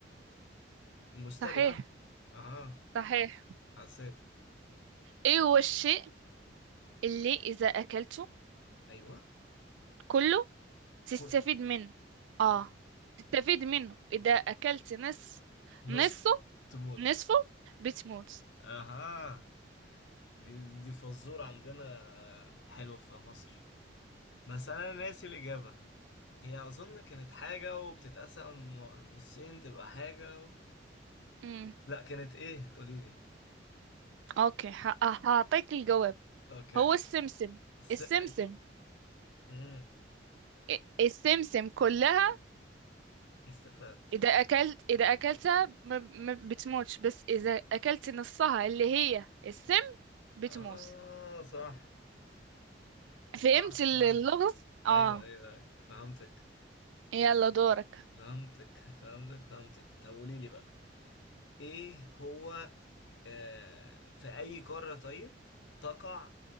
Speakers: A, on the left (about 75°); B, on the right (about 80°).
A: المشتري
B: صحيح
A: اه اها
B: صحيح
A: حسيت
B: ايه هو الشيء اللي اذا اكلته
A: ايوه
B: كله تستفيد
A: كله
B: منه اه
A: تمام
B: تستفيد منه اذا اكلت نص
A: نصفه
B: نصه
A: تموت
B: نصفه بتموت
A: اها دي دي فزور عندنا حلوه في مصر بس انا ناسي الاجابه هي اظن كانت حاجه وبتتقسم نصين تبقى حاجه و...
B: امم
A: لا كانت ايه قوليلي
B: اوكي ه- أه، هعطيك الجواب
A: اوكي
B: هو السمسم
A: بس
B: السمسم
A: ايوه امم
B: إ- السمسم كلها
A: استفاد
B: اذا اكلت اذا اكلتها ما ما بتموتش بس اذا اكلت نصها اللي هي السم بتموت
A: اه صح
B: فهمت
A: صح صح
B: ال- اللغز اه
A: ايوه ايوه أيوة. فهمتك
B: يلا دورك
A: فهمتك فهمتك فهمتك طب قولي لي بقى ايه هو آه في اي قارة طيب تقع